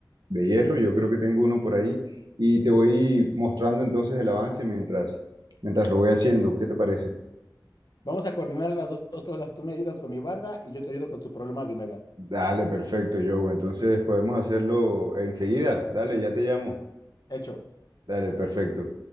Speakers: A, on the right; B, on the left.
A: de hierro. Yo creo que tengo uno por ahí y te voy mostrando entonces el avance mientras, mientras lo voy haciendo. ¿Qué te parece?
B: Vamos a coordinar las dos, dos cosas. Tú me ayudas con mi barda y yo te ayudo con tu problema de humedad.
A: Dale, perfecto, Joe. Entonces podemos hacerlo enseguida. Dale, ya te llamo.
B: Hecho.
A: Dale, perfecto.